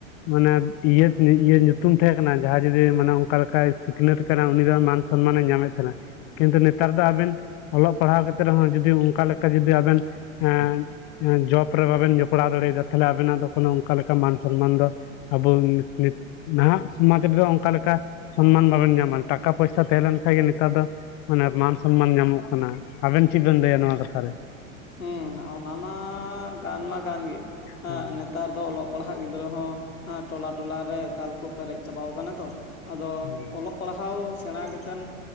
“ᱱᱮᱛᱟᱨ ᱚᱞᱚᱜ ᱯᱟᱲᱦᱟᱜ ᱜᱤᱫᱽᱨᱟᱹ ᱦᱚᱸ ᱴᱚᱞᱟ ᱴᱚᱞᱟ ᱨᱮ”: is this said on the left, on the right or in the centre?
Left